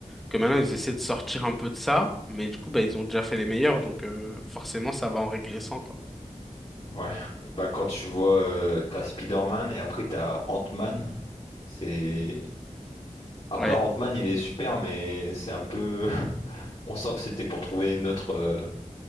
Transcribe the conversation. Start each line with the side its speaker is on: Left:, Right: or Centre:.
Centre: que maintenant, ils essaient de sortir un peu de ça, mais du coup, bah, ils ont déjà fait les meilleurs, donc euh, forcément, ça va en régressant, quoi.
Left: Ouais. Bah, quand tu vois, euh, t'as Spider-Man et après t'as Ant-Man, c'est... Après,
Centre: Ouais.
Left: Ant-Man, il est super, mais c'est un peu... <laughs> On sent que c'était pour trouver notre autre, euh,